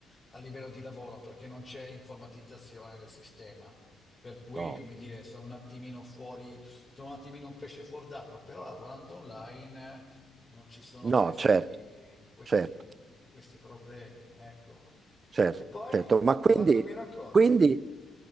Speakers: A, on the left; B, on the right.
A: a livello di lavoro perché non c'è informatizzazione del sistema. Per cui,
B: no,
A: come dire, sono un attimino fuori, sono un attimino un pesce fuor d'acqua, però lavorando online non ci sono
B: no,
A: questi,
B: certo,
A: questi,
B: certo,
A: questi problemi, ecco.
B: certo,
A: E poi,
B: certo. Ma
A: cos'altro
B: quindi,
A: mi racconti?
B: quindi